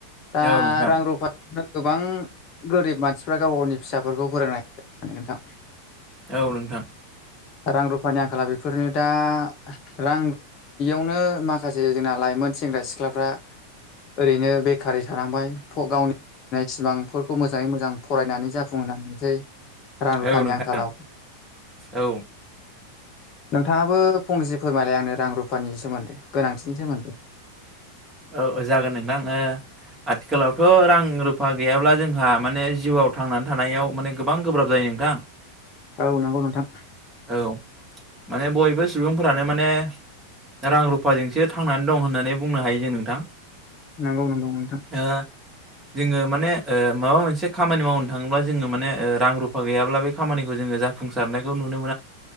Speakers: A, on the left; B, on the right.
A: दा
B: औ नोंथां
A: रां रुफा <unintelligible> गोरिब मानसि फ्रा गाव गावनि फिसाफोरखौ फोरोंनाय <unintelligible> नोंथां।
B: औ नोंथां।
A: रां रुफानि आंखाला बेफोरनो दा रां बेयावनो माखासे जोंना लाइमोन सेंग्रा सिख्लाफ्रा ओरैनो बेखारै थानांबाय फ गावनि नि सिमांफोरखौ मोजाङै मोजां फरायनानै जाफुंहोनो हायासै रां रुफानि
B: औ नोंथां
A: आंखालाव।
B: औ
A: नोंथाङाबो फंनैसो फोरमायलाय आंनो रां रुफानि सोमोन्दै गोनांथिनि सोमोन
B: औ औ जागोन नोंदां आथिखालावथ' रां रुफा गैयाब्ला जों जोंहा माने जिउआव थांनानै थानायाव माने गोबां गोब्राब जायो नोंथां।
A: औ नंगौ नोंथां।
B: औ माने बयबो सुबुंफोरानो माने रां रुफाजोंसो थांनानै दं होननानै बुंनो हायो जों नोंथां।
A: नंगौ नंगौ नोंथां।
B: ओ जोङो माने माबा मोनसे खामानि मावनो थाङोब्ला जोङो माने रां रुफा गैयाब्ला बे खामानिखौ जोङो जा जाफुंसारनायखौ नुनो मोनो।